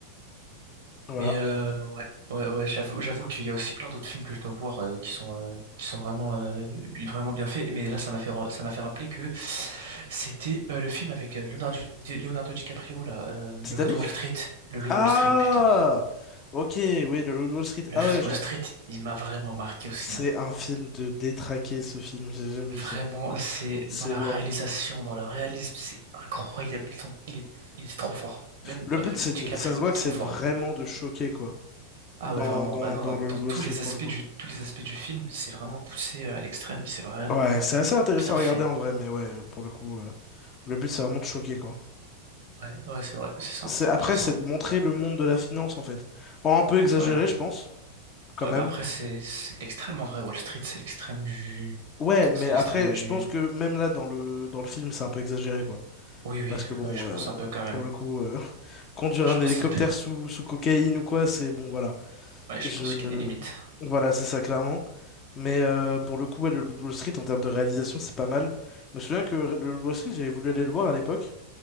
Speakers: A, on the left (about 30°); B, on the right (about 60°).
A: Voilà.
B: Mais euh, ouais, ouais, ouais, j'avoue, j'avoue qu'il y a aussi plein d'autres films que je dois voir euh, qui sont euh, qui sont vraiment euh, vraiment bien faits. Mais là, ça m'a fait ra- ça m'a fait rappeler que c'était euh, le film avec euh, Leonardo, Di- Leonardo DiCaprio là, euh,
A: Titanic?
B: le Loup de Wall Street, le Loup
A: Ah!
B: de Wall Street, putain,
A: Ok, oui, le Loup de Wall Street.
B: le
A: Ah
B: Loup
A: ouais,
B: de
A: je...
B: Wall Street, il m'a vraiment marqué aussi.
A: c'est
B: Hein.
A: un film de détraqué, ce film. J'ai jamais
B: Vraiment,
A: vu ça.
B: c'est
A: C'est
B: dans la
A: waouh.
B: réalisation, dans le réalisme, c'est incroyable. Ils sont- il est, il est trop fort. Même
A: Le but,
B: euh,
A: c'est,
B: DiCaprio
A: ça se voit
B: était
A: que
B: trop
A: c'est
B: fort.
A: vraiment de choquer, quoi.
B: Ah
A: dans,
B: ouais, vraiment.
A: dans,
B: Bah non,
A: dans le Loup
B: dans
A: de Wall
B: tous
A: Street
B: les
A: pour
B: aspects
A: le coup.
B: du, tous les aspects du film, c'est vraiment poussé à l'extrême et c'est vraiment
A: Ouais, c'est assez intéressant
B: bien
A: à
B: fait.
A: regarder en vrai, mais ouais, euh, pour le coup, euh, le but c'est vraiment de choquer quoi.
B: Ouais, ouais, c'est vrai, c'est ça,
A: C'est, après,
B: c'est ça.
A: c'est de montrer le monde de la finance en fait. En un peu exagéré,
B: Ouais.
A: je pense, quand
B: Ouais,
A: même.
B: bah après, c'est, c'est l'extrême en vrai. Wall Street, c'est l'extrême du,
A: Ouais, mais
B: c'est l'extrême
A: après,
B: du.
A: je pense que même là, dans le, dans le film, c'est un peu exagéré quoi.
B: Oui, oui,
A: Parce que bon,
B: oui, je
A: euh,
B: pense un peu quand même.
A: pour le coup, euh, <laughs> conduire
B: Je
A: un
B: pense
A: hélicoptère
B: un peu.
A: sous, sous cocaïne ou quoi, c'est bon, voilà.
B: Ouais, je
A: Je,
B: pense qu'il y a des limites.
A: voilà, c'est ça clairement. Mais euh, pour le coup, ouais, le Loup de Wall Street, en termes de réalisation, c'est pas mal. Je me souviens que le Loup de Wall Street, j'avais voulu aller le voir à l'époque.